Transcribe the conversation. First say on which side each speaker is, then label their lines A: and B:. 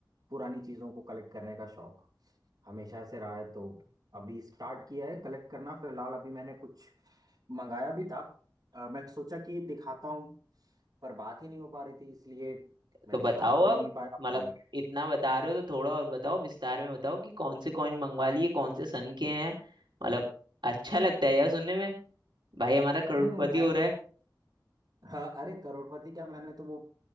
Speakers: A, on the right (about 55°); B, on the right (about 80°).
A: पुरानी चीज़ों को कलेक्ट करने का शौक हमेशा से रहा है तो अभी स्टार्ट किया है कलेक्ट करना फिलहाल अभी मैंने कुछ मंगाया भी था अ, मैं सोचा कि दिखाता हूँ पर बात ही नहीं हो पा रही थी इसलिए मैं
B: तो बताओ
A: दिखा भी
B: अब
A: नहीं पाया
B: मतलब
A: और-
B: इतना बता रहे हो तो थोड़ा और बताओ विस्तार में बताओ कि कौन से कॉइन मंगवा लिए कौन से सन के हैं मतलब अच्छा लगता है यार सुनने में भाई हमारा करोड़पति
A: हम्म मैं
B: हो
A: हाँ, अरे करोड़पति क्या मैंने तो वो